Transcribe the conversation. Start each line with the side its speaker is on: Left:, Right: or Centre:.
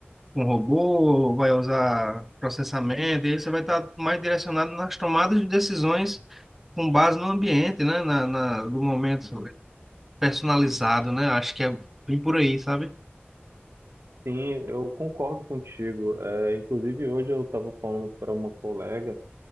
Centre: com robô, vai usar processamento, e aí você vai estar mais direcionado nas tomadas de decisões com base no ambiente, né? Na, na- no momento
Right: uhum.
Centre: personalizado, né? Acho que é bem por aí, sabe?
Right: sim, eu concordo contigo. É, inclusive, hoje eu estava falando para uma colega